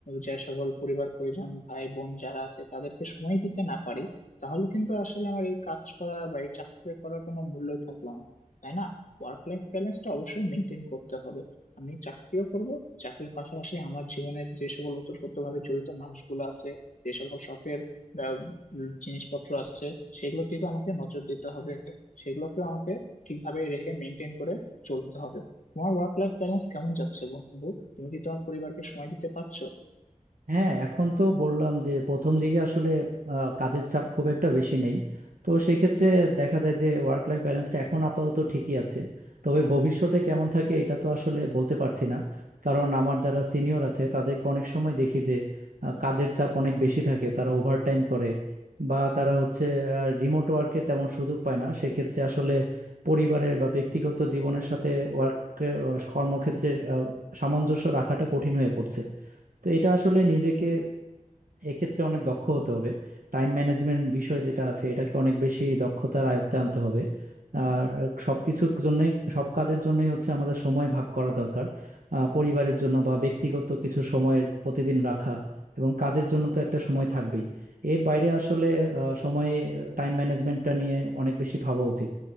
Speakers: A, on the left (about 65°); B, on the right (about 80°).
A: যে সকল পরিবার পরিজন ভাই বোন যারা আছে তাদেরকে সময় দিতে না পারি তাহলে কিন্তু আসলে আমার এই কাজ করা বা এই চাকরি করার কোনো মূল্যই থাকলো না তাই না ওয়ার্ক লাইফ ব্যালেন্সটা অবশ্যই মেনটেন করতে হবে আমি চাকরিও করব চাকরির পাশাপাশি আমার জীবনে যে সকল ওতপ্রোত ভাবে জড়িত মানুষগুলো আছে যে সকল শখের আহ, উম, জিনিসপত্র আছে সেগুলোর দিকেও আমাকে নজর দিতে হবে সেগুলোকেও আমাকে ঠিকভাবে রেখে মেনটেন করে চলতে হবে তোমার ওয়ার্ক লাইফ ব্যালেন্স কেমন যাচ্ছে বন্ধু তুমি কি তোমার পরিবারকে সময় দিতে পারছো
B: হ্যাঁ এখন তো বললাম যে প্রথম দিকে আসলে আহ, কাজের চাপ খুব একটা বেশি নেই তো সেক্ষেত্রে দেখা যায় যে ওয়ার্ক লাইফ ব্যালেন্সটা এখন আপাতত ঠিকই আছে তবে ভবিষ্যতে কেমন থাকে এটা তো আসলে বলতে পারছি না কারণ আমার যারা সিনিয়র আছে তাদেরকে অনেক সময় দেখি যে আহ, কাজের চাপ অনেক বেশি থাকে তারা ওভারটাইম করে বা তারা হচ্ছে রিমোট ওয়ার্কের তেমন সুযোগ পায় না সেক্ষেত্রে আসলে পরিবারের বা ব্যক্তিগত জীবনের সাথে ওয়ার্ক কর্মক্ষেত্রের আহ, সামঞ্জস্য রাখাটা কঠিন হয়ে পড়ছে তো এটা আসলে নিজেকে এক্ষেত্রে অনেক দক্ষ হতে হবে টাইম ম্যানেজমেন্ট বিষয় যেটা আছে এটাকে অনেক বেশি দক্ষতার আয়ত্তে আনতে হবে আর সবকিছুর জন্যই সব কাজের জন্যই হচ্ছে আমাদের সময় ভাগ করা দরকার আহ, পরিবারের জন্য বা ব্যক্তিগত কিছু সময়ের প্রতিদিন রাখা এবং কাজের জন্য তো একটা সময় থাকবেই এর বাইরে আসলে আহ, সময়ে টাইম ম্যানেজমেন্টটা নিয়ে অনেক বেশি ভাবা উচিত